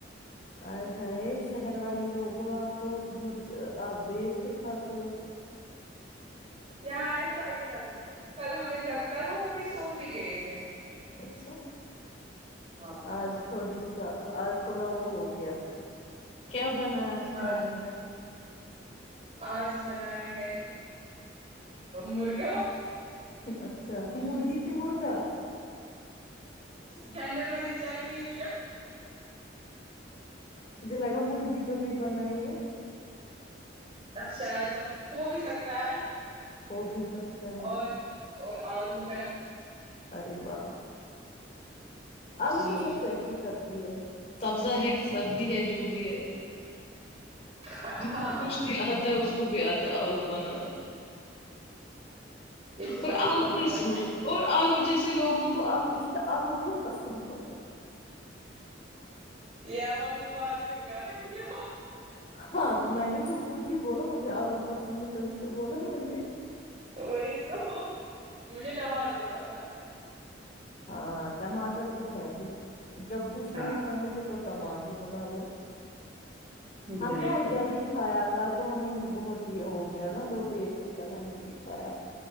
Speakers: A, on the left (about 35°); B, on the right (about 35°).
A: اے ہائے شہر والے لوگ ہو آپ لوگ بہت آپ دیر سے کھاتے ہو۔
B: یہاں ایسا ہی چلتا ہے۔ کل ہم نے ج کل ہم ابھی سو بھی گئے تھے۔
A: اچھا
B: <unintelligible>
A: آج تھوڑی آج تھوڑا وہ ہو گیا۔۔۔ کیا بنا ہے آج
B: ہاں
A: کھانے میں؟
B: آج بنایا ہے مرغا۔
A: اچھا مرغی کہ مرغا؟
B: جینڈر میں نے چیک نہیں۔۔۔ کیا
A: مجھے لگا مرغی۔۔۔ تو نہیں بنائی ہے۔
B: شاید مت ہو بھی سکتا ہے۔
A: ہو بھی سکتا ہے۔
B: اور اور آلو ہے
A: اری وا
B: <inaudible>
A: الو
B: جی
A: تو سب سے اچھی سبزی ہے سبزا ہے کہ سبزی ہے جو بھی ہے
B: ہاں
A: جس کو
B: ہاں
A: کھ د جاتتا ہے اس کو بھی آتا ہے آلو بنانا
B: یہ صبح
A: اور
B: ہی
A: آلو
B: انہوں نے
A: جس
B: بنا کے
A: اور آلو جس سے لوگوں کو آلو آلو بہت پسند ہو
B: یہ آپ اپنی بات کیوں کر رہی ہو
A: ہاں تو میں نے تو خود ہی بولا مجھے آلو پسند ہے تبھی تو بولا میں نے
B: وہی تو مجھے ٹماٹر پسند ہے
A: ہاں ٹماٹر تو ہے ہی جب کچھ نہ
B: ہاں
A: ہو کھانے کو تب ٹماٹر بنا لو ہم
B: بالکل
A: نے آج جلدی کھایا کل تو ہمیں بھی بہت یہ ہو گیا نا بہت دیر سے کل ہم نے بھی کھایا